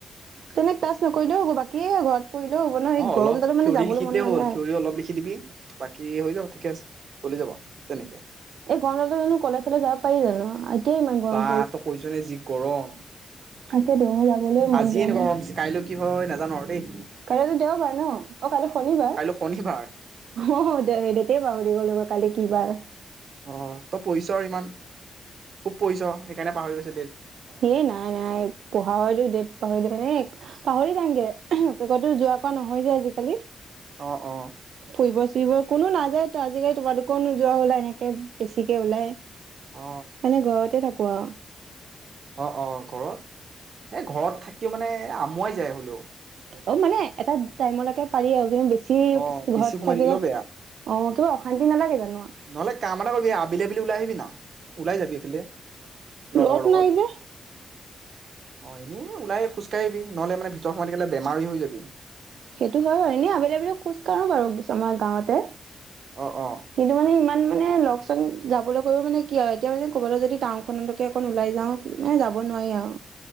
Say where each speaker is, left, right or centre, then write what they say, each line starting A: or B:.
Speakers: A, on the right; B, on the right.
A: তেতিয়া ক্লাছ নকৰিলে হব বাকী। কি ঘ ঘৰত পঢ়িলেও হ'ব ন এই
B: অ
A: গৰমডালত
B: অলপ
A: মানে
B: থিয়ৰি
A: যাবলৈ
B: লিখি
A: মন
B: দিলে
A: নাযায়।
B: হ'ল থিয়ৰি অলপ লিখি দিবি বাকী হৈ যাব থাকি ঠিক চলি যাবা তেনেকৈ
A: এই গমলতে জানো কলেজাললে যাব পাৰি জানো এতিয়াই ইমান গৰম
B: বা ত কৈছ নে যি গৰম
A: তাকে তহু যাবলৈ মন
B: আজিয়ে
A: যোৱা
B: এনেকুৱা
A: নায়
B: গৰম দিছে কাইলৈ কি হয় নাজানো আৰু দেই
A: কাইলৈতো দেওবাৰ ন অ কাই শনিবাৰ
B: কাইলৈ শনিবাৰ
A: অ দে দে বাৰু গ'ল কালি কিবাৰ
B: অ তই পঢ়িছ ইমান খুব পঢ়িইছ সেইকাৰণে পাহৰি গৈছে ডট
A: এ নাই নাই পঢ়াৰ হতো ডট পাহৰি ন পাহৰি যামগৈ যোৱা কোৱা নহয় যে আজিকালি
B: অ অ
A: ফুৰিব চুৰিব কোনো নাযায় আজিকালি তোমালোকো নোযোৱা হলা এনেকে বেছিকে ওলাই সেইকাৰণে
B: অ
A: ঘৰতে থাকো। কোৱা
B: অ অ ঘৰত, এ ঘৰত থাকি মানে আমুৱাই যায় হলেও।
A: অ মানে এটা টাইমলৈকে পাৰি আৰু কিন্তু বেছি,
B: অ
A: বেছি ঘৰত
B: সোমাই
A: থাকিলে
B: থাকিলেও
A: অ
B: বেয়া
A: কিবা, অশান্তি নালাগে জানো।
B: নহলে কাম এটা কৰিবি আবেলি আবেলি ওলাই আহিবি না, ওলাই যাবি না এইফালে লগৰ
A: লগ
B: লগত।
A: নাই যে
B: অ ', এনেই ওলাই খোজকাঢ়িবি। নহলে মানে ভিতৰত কেলে বেমাৰি হৈ যাবি
A: সেইটো হয় বাৰু এনে আবেলি আবেলি খোজ কাঢ়ো বাৰু আমাৰ গাঁৱতে
B: অ অ
A: কিন্তু মানে ইমান মানে লগ চোন যাবলৈ গৈ মানে কি আৰু এতিয়া মানে কবলৈ যদি টাউনখনলৈকে অকণ ওলাই যাওঁ মানে যাব নোৱাৰি আৰু